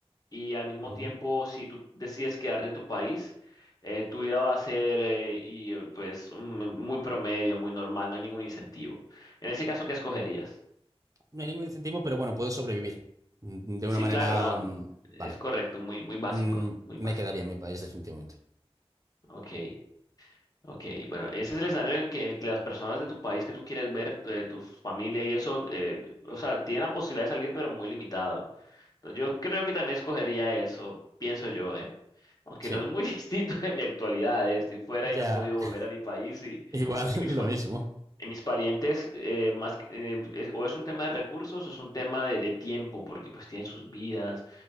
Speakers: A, on the left; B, on the right.
A: y al mismo
B: Ujú.
A: tiempo, si tú decides quedarte en tu país, eh, tu vida va a ser eh, y, eh, pues, mm, muy promedio, muy normal, no hay ningún incentivo. En ese caso, ¿qué escogerías?
B: No hay ningún incentivo, pero bueno, puedo sobrevivir mm, de una
A: Sí,
B: manera,
A: claro, no.
B: mm,
A: Es
B: vale.
A: correcto, muy, muy básico,
B: Mm,
A: muy
B: Me
A: básico.
B: quedaría en mi país definitivamente.
A: Ok, ok. Bueno, ese es el escenario en el que, el que las personas de tu país que tú quieres ver, tu- de tu familia y eso, eh, o sea, tienen la posibilidad de salir, pero muy limitado. Entonces, yo creo que también escogería eso, pienso yo, ¿eh? Aunque
B: Sí,
A: no es muy <laughs> distinto de mi actualidad, ¿eh? Estoy fuera
B: ya,
A: y no he podido volver a mi país y,
B: <laughs> igual,
A: y mis,
B: lo
A: fa-
B: mismo.
A: en mis parientes, eh, más que- eh, es- o es un tema de recursos o es un tema de, de tiempo, porque pues tienen sus vidas